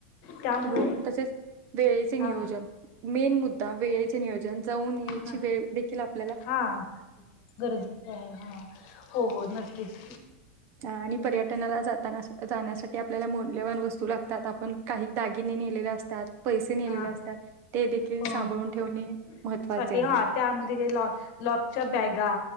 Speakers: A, on the left; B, on the right.
A: त्यामुळे
B: हो तसेच वेळेचे नियोजन
A: हा
B: मेन मुद्दा वेळेचे नियोजन जाऊन यायची
A: हा
B: वेळ देखील आप
A: हा गरजेचं आहे हा, हो हो नक्कीच.
B: हं आणि पर्यटनाला जाताना अश्- जाण्यासाठी आपल्याला मौल्यवान वस्तू लागतात, आपण काही दागिने नेलेले असतात. पैसे नेलेले
A: हा
B: असतात ते देखील
A: हो
B: सांभाळून ठेवणे
A: <unintelligible>
B: महत्त्वाचे
A: हा-
B: आहे
A: त्यामध्ये लॉ् लॉकच्या बॅगा